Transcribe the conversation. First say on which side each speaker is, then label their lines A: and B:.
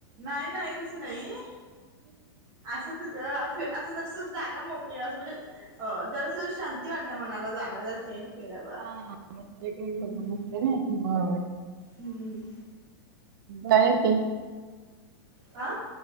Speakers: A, on the right (about 35°); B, on the right (about 60°).
A: नाही नाही तसं नाही असंच ग असं जर जागा मोकळी अस म्हणजे अ जरासं शांती वाटते मनाला जाग जरा चेंज केल्यावर
B: हा नमस्तने
A: हम्म
B: ब
A: हम्म
B: काय की
A: आ